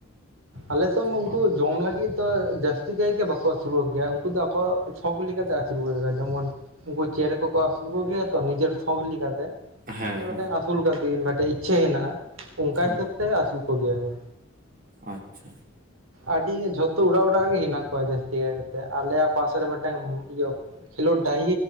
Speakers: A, on the right (about 90°); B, on the right (about 40°).
A: ᱟᱞᱮᱥ ᱩᱱᱠᱩ
B: ᱦᱚᱸᱜᱼᱚ
A: ᱡᱚᱢ ᱞᱟᱹᱜᱤᱫ ᱫᱚ ᱡᱟᱹᱥᱛᱤ ᱠᱟᱭ ᱜᱮ ᱵᱟᱠᱚᱼᱼ ᱟᱹᱥᱩᱞᱚᱜ ᱜᱮᱭᱟ ᱩᱱᱠᱩ ᱫᱚ ᱟᱠᱚ ᱥᱚᱠ ᱞᱮᱠᱟᱛᱮ ᱟᱹᱥᱩᱞᱚᱜ ᱡᱮᱢᱚᱱᱼᱼ ᱩᱱᱠᱩ ᱪᱮᱬᱮᱸ ᱠᱚᱠᱚ ᱟᱹᱥᱩᱞ ᱠᱚᱜᱮᱭᱟ ᱛᱚ ᱱᱤᱡᱮᱨ ᱥᱷᱚᱠ ᱞᱮᱠᱟ ᱛᱮ
B: ᱱᱚᱝᱠᱟ᱾ ᱦᱮᱸ
A: ᱤᱧ
B: ᱦᱮᱸ
A: ᱢᱤᱫᱴᱟᱝ ᱟᱹᱥᱩᱞ ᱠᱟᱛᱤ ᱢᱤᱫᱴᱮᱱ ᱤᱪᱪᱷᱟᱹ ᱦᱮᱱᱟᱜᱼᱟ ᱚᱱᱠᱟ
B: ᱦᱮᱸ
A: ᱦᱤᱥᱟᱹᱵ ᱛᱮ ᱟᱹᱥᱩᱞ ᱠᱚᱜᱮᱭᱟ ᱠᱚ
B: ᱟᱪᱪᱷᱟ᱾
A: ᱟᱹᱰᱤ ᱡᱷᱚᱛᱚ ᱚᱲᱟᱜ ᱚᱲᱟᱜ ᱜᱮ ᱦᱮᱱᱟᱜ ᱠᱚᱣᱟ ᱡᱟᱹᱥᱛᱤ ᱠᱟᱭ ᱠᱟᱛᱮᱫ ᱟᱞᱮᱭᱟᱜ ᱯᱟᱥᱮ ᱨᱮ ᱢᱤᱫᱴᱟᱝ ᱤᱭᱟᱹᱼᱼ ᱠᱷᱮᱞᱳᱰ ᱰᱟᱦᱤ